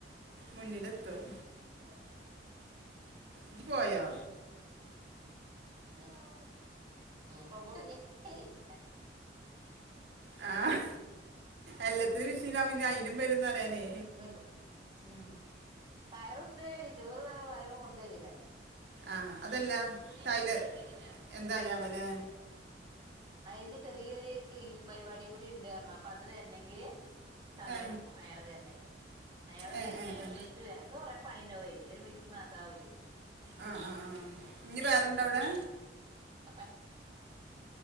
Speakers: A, on the right; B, on the right.
A: മുന്നിലെത്തും.
B: <unintelligible>
A: ഇജ് പോയാ?
B: <unintelligible>
A: ആഹ് എല്ലാത്തിനും മിഷീൻ ആവുമ്പോ ഇനി അയിനും വരുന്ന് പറയന്.
B: വേണ്ട ഉം, പയറുപ്പേരി, ചോറ് ന്നങ്ങട് പറയുമ്പ കൊണ്ടൊരിക.
A: ആഹ, അതല്ല ടൈല് എന്തായവെലെ?
B: അയിന്റെ ചെറിയൊരു ക്ലീനിങ് പരിപാടിയും കൂടി ഉണ്ട്റഞ്ഞു അപ്പൊ അത് വരണെങ്കില് സമയമെടുക്കും.
A: ഏ
B: അയാൾ വരണങ്കിൽ. അയാള്
A: ഏ
B: <unintelligible>
A: ഏ ഏ.
B: പണി ഉണ്ടാവേ. ഒരു മേസ്തിരി മാത്രാവൂല്ലേ.
A: ആഹ ആഹ ആഹ ഇനി വേറെന്താവിടെ?
B: <unintelligible>